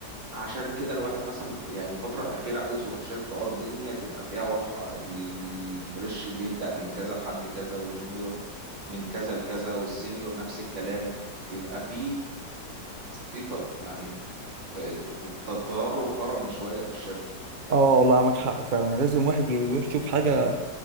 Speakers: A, on the right (about 85°); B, on the right (about 40°).
A: عشان كده الواحد مثلا بف... يعني الفترة الأخيرة عايز يروح شركة اه الدنيا تبقى فيها واضحة الفريش بيبدأ من كذا لحد كذا والجونيور من كذا لكذا والسينيور نفس الكلام يبقى في في ط... يعني ت... ت- تدرج هرمي شوية في الشركة
B: اه والله معاك حق فعلا يعني لازم واحد يروح يشوف حاجة